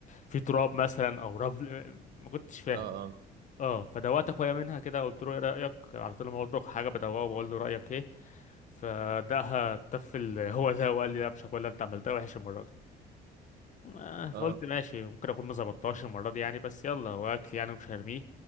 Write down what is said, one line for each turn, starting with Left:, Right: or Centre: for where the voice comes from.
Left: في تراب مثلا او رمل ما كنتش فاهم
Right: اه اه
Left: اه فدوقت اخويا منها كده قلت له ايه رايك على طول ما بطبخ حاجه بدوقه وبقول له رايك ايه فدقها تفل هو ده وقال لي لا مش هاكلها انت عملتها وحش المره دي آه، فقلت
Right: اه اه
Left: ماشي ممكن اكون ما ظبطتهاش المره دي يعني بس يلا هو اكل يعني مش هرميه